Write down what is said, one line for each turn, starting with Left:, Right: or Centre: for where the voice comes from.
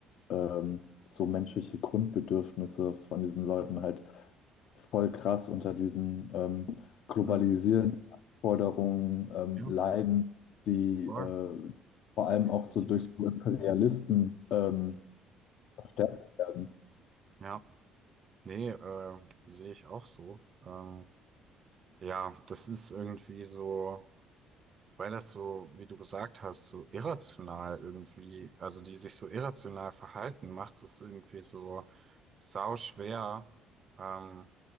Left: ähm, so menschliche Grundbedürfnisse von diesen Leuten halt voll krass unter diesen ähm, globalisierenden
Right: Ja.
Left: Anforderungen ähm,
Right: Ja.
Left: leiden, die
Right: Voll.
Left: äh, vor allem
Right: Definitiv.
Left: auch so durch so Imperialisten ähm, verstärkt werden.
Right: Ja. Nee, äh, sehe ich auch so. Ähm, ja, das ist irgendwie so, weil das so, wie du gesagt hast, so irrational irgendwie, also die sich so irrational verhalten, macht es irgendwie so sau schwer, ähm,